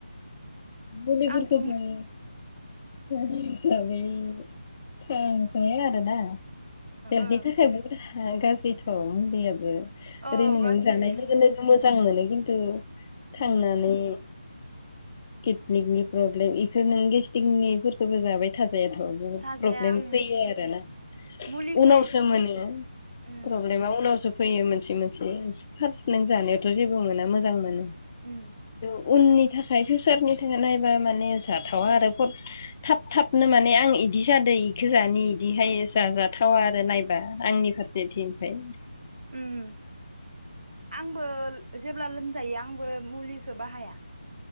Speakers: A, on the left; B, on the right.
A: मुलिफोरखौ
B: आंथ' ओं
A: जायो। बै खौ जायो आरोना। <inaudible> ह
B: ओं
A: गाज्रिथ' उन्दैयाबो।
B: औ
A: ओरैनो
B: गाज्रि
A: नों जानाय
B: उम
A: लोगो लोगो मोजां मोनो। <unintelligible> थांनानै।
B: उम
A: किटनिनि प्रब्लेम इखो होनो गेसटिकनि फोरखौबो जाबाय थाजाया थाजायाथ' बहुद
B: थाजाया
A: प्रब्लेम
B: उम
A: फैयो आरोना
B: मुलिखै
A: उनावसो मोनो
B: उम
A: प्रब्लेमा उनावसो। फैयो मोनसे मोनसे थार नों जानायावथ' जेबो मोना मोजां मोनो।
B: उम।
A: उननि थाखाय फिउसारनि थाखाय नायबा माने जाथावा आरो थाब थाबनो माने आं इदि जादो इखो जानि इदिहाय जाजाथावा आरो नायबा आंनि फारसेथिंनिफ्राय
B: उम। आंबो जेब्ला लोमजायो आंबो मुलिखौ बाहाया।